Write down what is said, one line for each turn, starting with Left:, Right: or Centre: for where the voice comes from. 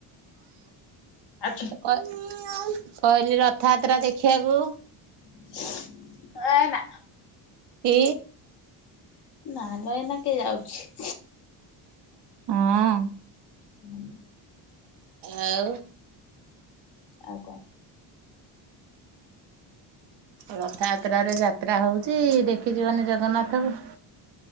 Left: ଆଛୁ
Right: କହିଲି ରଥଯାତ୍ରା ଦେଖିବାକୁ
Left: <unintelligible>
Right: କି?
Left: ନା ନା ଏଇନା କିଏ ଯାଉଛି।
Right: ହଁ।
Left: ହଁ <inaudible>
Right: ଆଉ?
Left: ଆଉ କ
Right: ରଥଯାତ୍ରା ରେ ଯାତ୍ରା ହଉଛି ଦେଖିଯିବନି ଜଗନ୍ନାଥ କୁ?